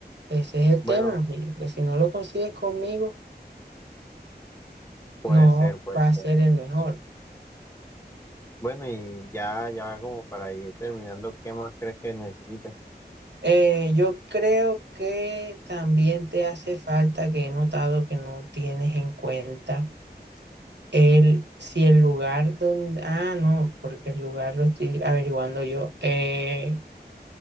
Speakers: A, on the right; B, on the left.
A: Ese es el
B: bueno,
A: tema, Julio, que si no lo consigues conmigo,
B: puede
A: no
B: ser, puede
A: va a
B: ser.
A: ser el mejor.
B: Bueno, y ya, ya como para ir terminando, ¿qué más crees que necesites?
A: Eh, yo creo que también te hace falta que he notado que no tienes en cuenta. El, si el lugar donde... Ah, no, porque el lugar lo estoy averiguando yo. Eh,